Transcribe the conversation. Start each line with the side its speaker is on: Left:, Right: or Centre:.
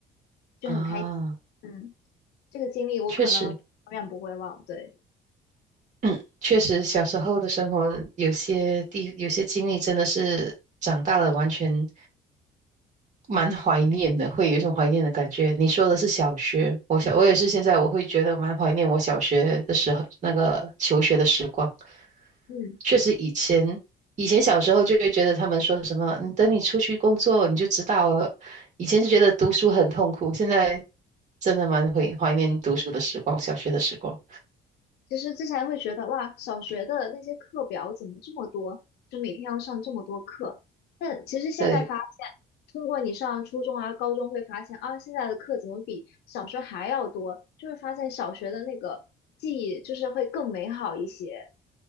Left: 就很开心。
Right: 啊，
Left: 嗯，这个经历我可能永远不会忘。
Right: 确实。
Left: 对，
Right: 嗯，确实，小时候的生活有些地，有些经历真的是长大了完全蛮怀念的，会有一种怀念的感觉。你说的是小学，我小，我也是现在我会觉得蛮怀念我小学的时候，那个求学的时光。
Left: 嗯，
Right: 确实，以前以前小时候就会觉得他们说什么，你等你出去工作你就知道了。以前是觉得读书很痛苦，现在真的蛮怀怀念读书的时光，小学的时光。
Left: 其实之前会觉得哇，小学的那些课表怎么这么多，就每天要上这么多课。但其实现在发现，
Right: 对。
Left: 通过你上初中啊、高中会发现啊，现在的课怎么比小学还要多？就会发现小学的那个记忆就是会更美好一些。